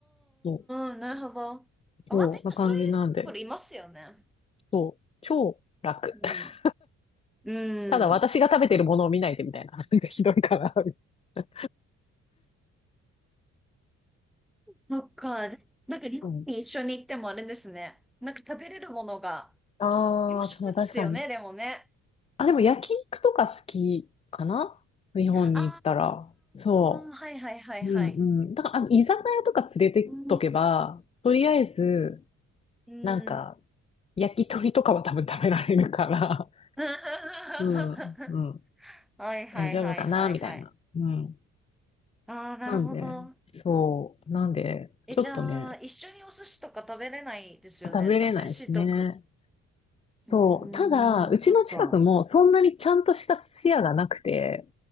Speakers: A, on the left (about 20°); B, in the centre.
A: そう、
B: うん、うん、なるほど。あ、
A: そう、
B: まあ、でもそういうカップルいますよね。
A: な感じなんで、そう、超楽。
B: うん。
A: <laughs>
B: うん。
A: ただ私が食べてるものを見ないでみたいな。なんかひどいかな。<laughs>
B: そっか。でなんか日本に一緒に行ってもあれですね。
A: うん。
B: なんか食べれるものが
A: ああ、
B: 洋食ですよね、
A: そう、確かに。
B: でもね。
A: あ、でも焼肉とか好きかな日本に行ったら。
B: あ
A: そ
B: あ、はいはいはいはい。
A: う。うんうん。だから、あの、居酒屋とか連れてっとけば、
B: うん。
A: とりあえず、
B: うん。
A: なんか、焼き鳥とかは多分食べられるから、
B: <laughs> は
A: <laughs> うん、うん、
B: いはいはいはいはい。
A: 大丈夫かな、みたいな。うん。
B: ああ、なるほど。
A: なんで、そう。なんで、
B: え、
A: ちょっとね、
B: じゃあ、一緒にお寿司とか食べれないですよね。
A: 食べれないですね。
B: お寿司とか
A: そう。
B: うーん、
A: ただ、うちの近くもそんなにちゃんとした寿司屋がなくて、
B: そっか。